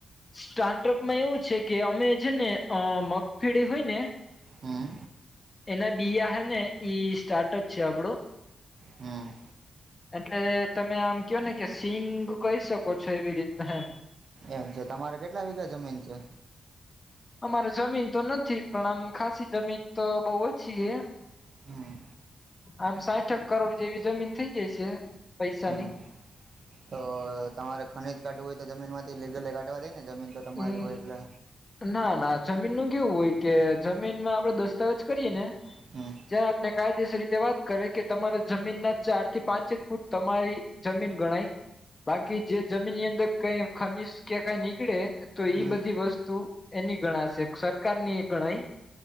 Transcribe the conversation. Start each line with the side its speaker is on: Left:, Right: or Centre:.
Left: સ્ટાર્ટઅપમાં એવું છે કે અમે છે ને અ મગફેળી હોય ને
Right: હમ
Left: એના બીયા હે ને ઈ સ્ટાર્ટઅપ છે આપડો
Right: હમ
Left: એટલે તમે આમ કયો ને કે સિંગ કહી શકો છો એવી રીતના એમ
Right: એમ કે તમારે કેટલા વિઘા જમીન છે
Left: અમારે જમીન તો નથી પણ આમ ખાસી જમીન તો બઉ ઓછી હે
Right: હમ
Left: આમ સાઠેક કરોડ જેવી જમીન થઇ જાય છે પૈસાની
Right: હમ તો તમારે ખનીજ કાઢવું હોય તો જમીન માંથી લીગલી કાઢવા દે ને જમીન તો તમારી
Left: હમ
Right: હોય એટલે
Left: ના ના જમીન નું કેવું હોય કે જમીનમાં આપડે દસ્તાવેજ કરીએ ને
Right: હમ
Left: જ્યાં આપણે કાયદેસર રીતે વાત કરે કે તમારા જમીન ના ચાર થી પાંચે ફૂટ તમારી જમીન ગણાય બાકી જે જમીન ની અંદર કઈ ખનીજ કે કઈ નીકળે તો એઈ
Right: હમ
Left: બધી વસ્તુ એની ગણાશે સરકાર ની એ ગણાય